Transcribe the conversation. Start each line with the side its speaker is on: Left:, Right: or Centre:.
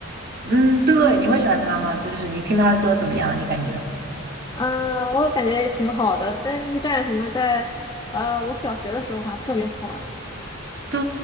Right: 嗯，对，你会喜欢他吗？就是你听他的歌怎么样？你感觉？
Left: <laughs> 嗯，我感觉也挺好的。但逆战什么在，呃，我小学的时候好像特别火。
Right: 对，